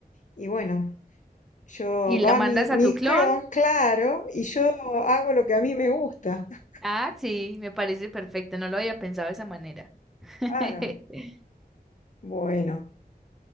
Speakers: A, on the left; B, in the centre.
A: Y bueno, Yo
B: Y la
A: va
B: mandas
A: mi,
B: a
A: mi
B: tu clon.
A: clon, claro, y yo hago lo que a mí me gusta. <laughs>
B: Ah, sí, me parece perfecto. No lo había pensado de esa manera. <laughs>
A: Claro. Bueno.